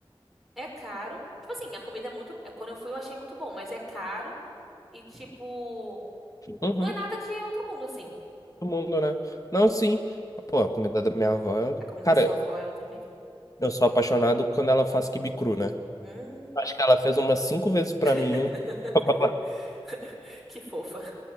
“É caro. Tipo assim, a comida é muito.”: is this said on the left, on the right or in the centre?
Centre